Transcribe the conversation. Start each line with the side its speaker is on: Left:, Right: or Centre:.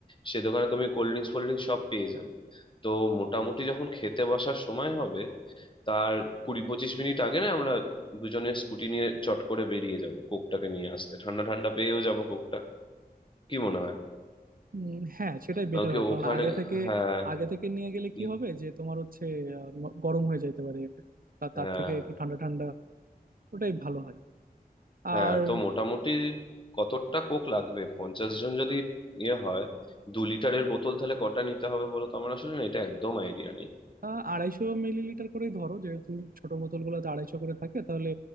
Left: সে দোকানে তুমি কোল্ড ড্রিঙ্কস ফোল্ড ড্রিঙ্কস সব পেয়ে যাবে তো মোটামুটি যখন খেতে বসার সময় হবে তার কুড়ি পঁচিশ মিনিট আগে না আমরা দুজনে স্কুটি নিয়ে চট করে বেরিয়ে যাব কোকটাকে নিয়ে আসতে ঠান্ডা ঠান্ডা পেয়েও যাব কোকটা কি মনে হয়
Right: উম, হ্যাঁ সেটাই বেটার
Left: আহ, কি
Right: হয় কারণ
Left: ওখানে
Right: আগে থেকে
Left: হ্যাঁ
Right: আগে থেকে নিয়ে গেলে
Left: উম,
Right: কি হবে যে তোমার হচ্ছে আহ, ন- গরম হয়ে যেতে পারে তা- তার
Left: হ্যাঁ
Right: থেকে একটু ঠান্ডা ঠান্ডা ওটাই ভালো হয়
Left: হ্যাঁ
Right: আর
Left: তো মোটামুটি কতটা কোক লাগবে পঞ্চাশ জন যদি ইয়ে হয় দু লিটারের বোতল তাহলে কটা নিতে হবে বলো তো আমার আসলে না এটা একদম আইডিয়া নেই
Right: আহ, আড়াইশো মিলিলিটার করেই ধরো যেহেতু ছোট বোতলগুলোতে আড়াইশো করে থাকে তাহলে